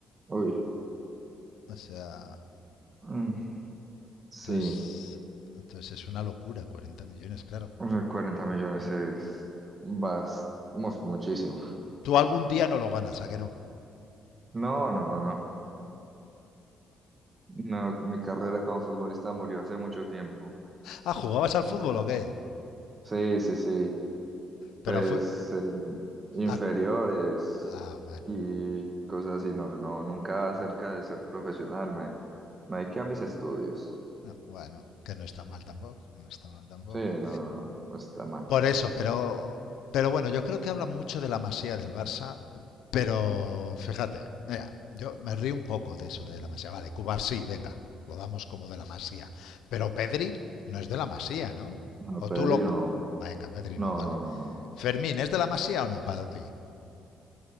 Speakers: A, on the right (about 30°); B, on the left (about 80°).
A: uy,
B: O sea,
A: mm, sí,
B: entonces, entonces es una locura, 40 millones, claro.
A: o sea, 40 millones es bastante, muchísimo.
B: Tú algún día no lo ganas, ¿a qué no?
A: No, no, no, no. No, mi carrera como futbolista murió hace mucho tiempo.
B: Ah, ¿jugabas al fútbol o qué?
A: Sí, sí, sí.
B: Pero
A: pues
B: fue...
A: en inferiores
B: Ah, ah, bueno.
A: y cosas así, no, no, nunca acerca de ser profesional, me, me dediqué a mis estudios.
B: Ah, Bueno, que no está mal tampoco, que no está mal tampoco.
A: Sí, no, no está mal.
B: Por eso, pero, pero bueno, yo creo que hablan mucho de la Masía del Barça, pero fíjate, mira, yo me río un poco de eso de la Masía. Vale, Cubar sí, venga, lo damos como de la Masía. Pero Pedri no es de la Masía, ¿no?
A: No,
B: O
A: Pedrino,
B: tú lo... Venga, Pedri
A: no,
B: no, vale.
A: no, no, no.
B: Fermín, ¿es de la Masía o no para ti?